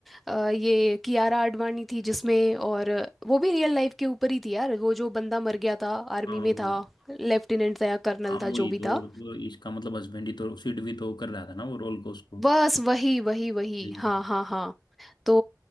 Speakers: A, in the centre; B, on the left.
A: अ, ये कियारा आडवाणी थी जिसमें और वो भी रियल लाइफ के ऊपर ही थी यार वो जो बंदा मर गया था आर्मी
B: हाँ
A: में
B: वो
A: था लेफ्टिनेंट था या कर्नल
B: हाँ वही
A: था जो भी
B: तो
A: था
B: तो इसका मतलब हस्बैंड ही तो सिड भी तो कर रहा था ना वो रोल को उसको
A: बस वही वही वही
B: लेकिन
A: हाँ हाँ हाँ तो